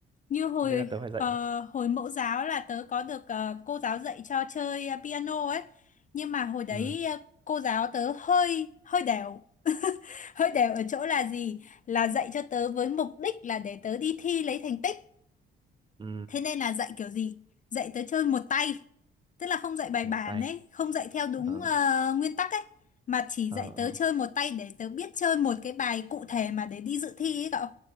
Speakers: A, on the left; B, on the right.
A: như hồi
B: nên là tớ phải dạy
A: ờ, hồi mẫu giáo là tớ có được ờ, cô giáo dạy cho chơi ờ, piano ấy nhưng mà hồi đấy
B: ừ
A: ờ, cô giáo tớ hơi hơi đều <laughs> hơi đều ở chỗ là gì là dạy cho tớ với mục đích là để tớ đi thi lấy thành tích
B: ừ
A: thế nên là dạy kiểu gì dạy tớ chơi một tay tức là không dạy bài
B: một
A: bản
B: tay
A: ấy không dạy theo đúng
B: ờ
A: ờ, nguyên tắc ấy mà chỉ
B: ờ
A: dạy tớ
B: ờ
A: chơi một tay để tớ biết chơi một cái bài cụ thể mà để đi dự thi ấy cậu